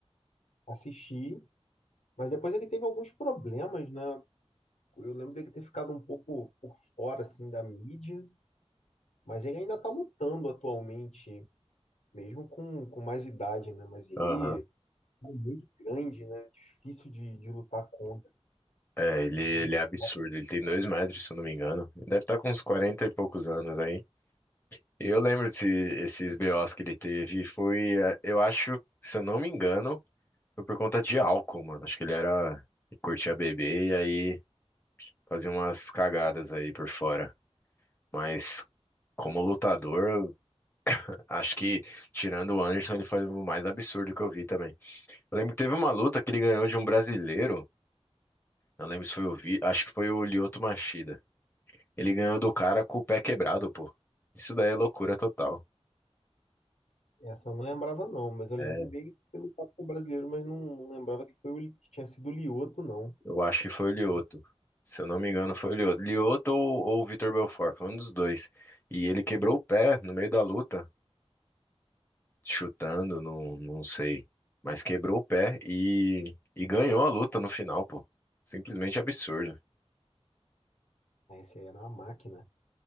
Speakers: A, on the left; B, on the left.
A: Assisti, mas depois ele teve alguns problemas, né? Eu lembro dele ter ficado um pouco por fora, assim, da mídia. Mas ele ainda está lutando atualmente, mesmo com, com mais idade, né? Mas ele
B: Aham.
A: é muito grande, né? Difícil de, de lutar contra.
B: É, ele,
A: Muito
B: ele é absurdo.
A: forte.
B: Ele tem dois metros, se eu não me engano. Deve estar com uns 40 e poucos anos aí. E Eu lembro desse, esses BOs que ele teve. Foi, eh, eu acho, se eu não me engano, foi por conta de álcool, mano. Acho que ele era, ele curtia beber e aí fazia umas cagadas aí por fora. Mas como lutador, Acho que, tirando o Anderson, ele foi o mais absurdo que eu vi também. Eu lembro que teve uma luta que ele ganhou de um brasileiro. Não lembro se foi o Vi, acho que foi o Lyoto Machida. Ele ganhou do cara com o pé quebrado, pô. Isso daí é loucura total.
A: Essa eu não lembrava, não, mas eu
B: É,
A: lembro dele ter lutado com o brasileiro, mas não lembrava que foi o, que tinha sido o Lioto, não.
B: Eu acho que foi o Lyoto.
A: Mas ele,
B: Se eu não me engano, foi o Lyoto. Lyoto ou, ou o Vitor Belfort, foi um dos dois. E ele quebrou o pé no meio da luta, chutando, não, não sei. Mas quebrou o pé e, e ganhou a luta no final, pô. Simplesmente absurdo.
A: ah, esse aí era uma máquina.